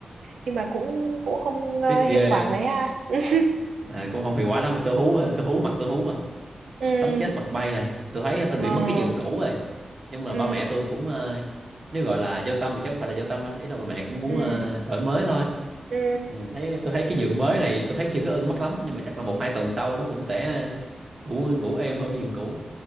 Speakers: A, on the right; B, on the right.
A: nhưng mà cũng cũng không ờ,
B: tiếc
A: hiệu
B: ghê
A: quả mấy
B: á.
A: ha. <laughs>
B: à, cũng không hiệu quả lắm mà tôi hú à, tôi hú mặt tôi hú à
A: Ừ,
B: sống chết mặt bay à tôi thấy tôi
A: ờ,
B: bị mất cái giường cũ rồi nhưng mà
A: ừ,
B: ba mẹ tôi cũng ờ, nếu gọi là vô tâm thì chắc không phải là vô tâm đâu ý là ba mẹ cũng muốn
A: ừ,
B: ờ, đổi mới thôi
A: ừ,
B: tôi nhìn thấy tôi thấy cái giường mới này tôi thấy chưa có ưng mắt lắm nhưng mà chắc là một hai tuần sau nó cũng sẽ ngủ ngủ êm hơn giường cũ